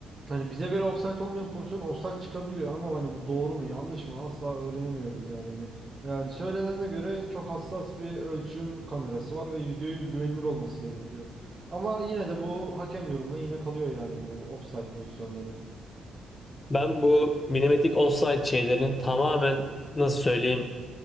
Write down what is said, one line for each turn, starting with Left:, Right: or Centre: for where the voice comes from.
Right: Hani bize göre ofsayt olmayan pozisyon ofsayt çıkabiliyor ama hani bu doğru mu yanlış mı asla öğrenemiyoruz yani hani. Yani söylenene göre çok hassas bir ölçüm kamerası var ve %100 güvenilir olması gerekiyor. Ama yine de bu hakem yorumuna yine kalıyor yani bu ofsayt pozisyonları.
Left: Ben bu milimetrik offside şeylerin tamamen nasıl söyleyeyim